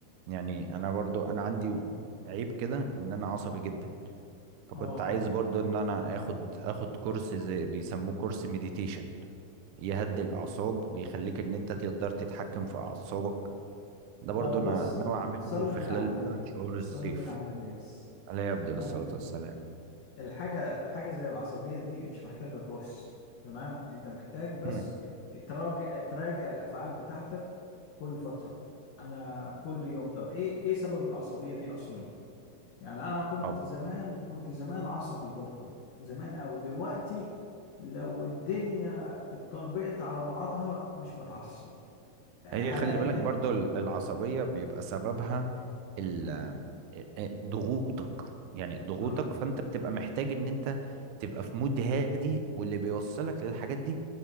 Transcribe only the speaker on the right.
يعني انا برضو انا عندي عيب كده ان انا عصبي جدا فكنت
عايز
برضو ان انا اخد اخد كورس زي بيسموه كورس مديتيشن يهدي الأعصاب ويخليك إن أنت تقدر تتحكم في أعصابك ده برضو
أنا
ناوي أعمله
في
خلال
ثلاث شهور
الصيف
عليه أفضل
الصلاة والسلام
هم.
طب
هي خلي بالك
برضو ال- العصبية بيبقى سببها ال- ضغوطك يعني ضغوطك
فأنت بتبقى محتاج إن أنت تبقى في مود هادي واللي بيوصلك للحاجات دي